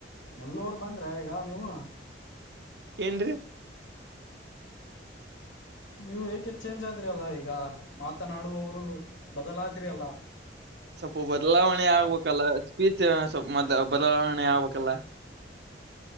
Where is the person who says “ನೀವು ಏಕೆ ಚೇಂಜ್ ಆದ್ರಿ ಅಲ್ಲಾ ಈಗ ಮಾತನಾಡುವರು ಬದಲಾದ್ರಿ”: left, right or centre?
Left